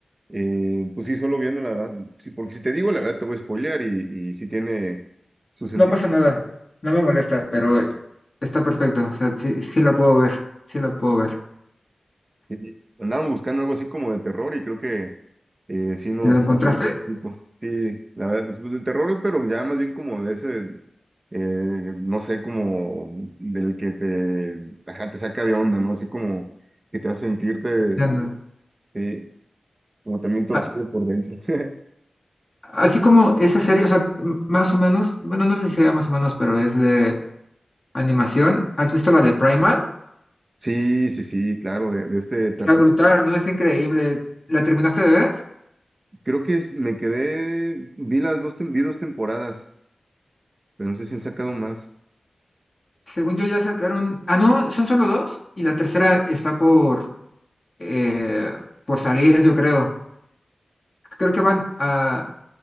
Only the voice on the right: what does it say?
eh, pues sí, solo viendo la verdad, sí, porque si te digo la verdad te voy a spoilear y, y sí tiene su sentido
Sí, andábamos buscando algo así como de terror y creo que eh, sí nos
motivó un poquito. Sí, la verdad, pues, de terror, pero ya más bien como de ese, eh, no sé, como del que te, ajá, te saca de onda, ¿no? Así como que te hace sentirte,
sí, como también torcido
por dentro. <laughs>
Sí, sí, sí, claro, de, de este etapa.
Creo que es- me quedé, vi las dos, tem- vi dos temporadas, pero no sé si han sacado más.